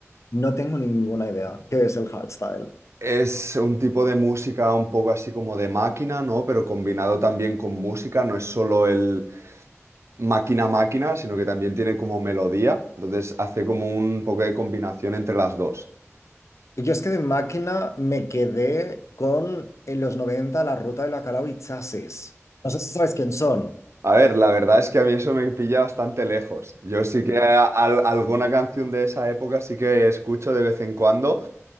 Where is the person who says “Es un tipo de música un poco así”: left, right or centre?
Right